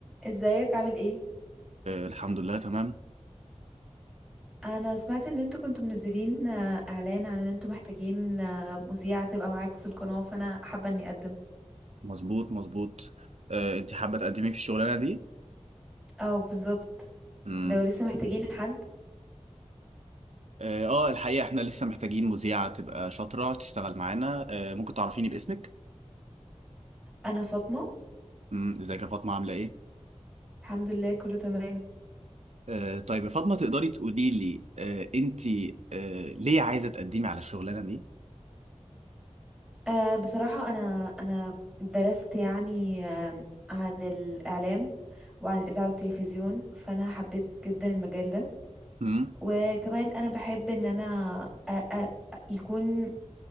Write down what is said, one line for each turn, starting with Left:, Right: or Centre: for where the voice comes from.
Centre: ازيك عامل ايه
Right: آه، الحمد لله تمام
Centre: انا سمعت ان انتوا كنتوا منزلين آه، اعلان عن ان انتوا محتاجين آه، مذيعة تبقى معاكم في القناة فانا حابة اني اقدم
Right: مظبوط مظبوط آه، انت حابة تقدمي في الشغلانة دي؟
Centre: اه بالظبط
Right: مم.
Centre: لو لسه محتاجين حد
Right: اه آه، الحقيقة احنا لسه محتاجين مذيعة تبقى شاطرة تشتغل معانا آه، ممكن تعرفيني باسمك؟
Centre: انا فاطمة
Right: مم، ازيك يا فاطمة عاملة ايه؟
Centre: الحمد لله كله تمام
Right: آه، طيب يا فاطمة تقدري تقولي لي آه، انت آه، ليه عايزة تقدمي على الشغلانة دي؟
Centre: أه بصراحة انا انا درست يعني آه، عن الاعلام وعن الاذاعة والتلفزيون فانا حبيت جدا المجال ده
Right: مم.
Centre: وكمان انا بحب ان انا أ- أ- يكون